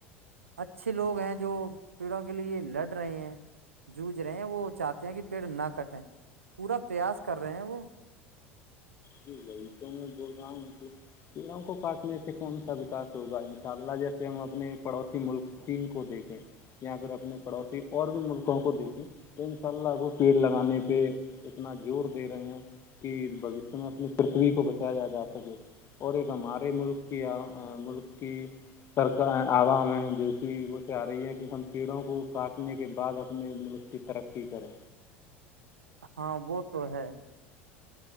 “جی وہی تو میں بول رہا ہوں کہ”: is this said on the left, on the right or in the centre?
Left